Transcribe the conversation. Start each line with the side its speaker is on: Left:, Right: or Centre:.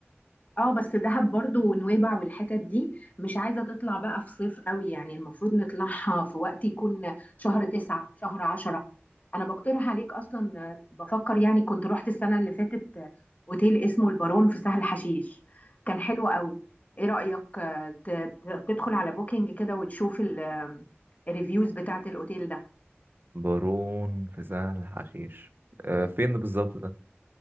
Left: اه بس دهب برضو ونويبع والحتت دي مش عايزة تطلع بقى في صيف قوي يعني المفروض نطلعها في وقت يكون شهر تسعة شهر عشرة انا بقترح عليك اصلا آه، بفكر يعني كنت رحت السنة اللي فاتت آه، اوتيل اسمه البارون في سهل حشيش كان حلو قوي ايه رأيك آه، ت- ت- تدخل على بوكينج كده وتشوف ال- آه، الريفيوز بتاعت الاوتيل ده
Right: بارون في سهل حشيش آه فين بالظبط ده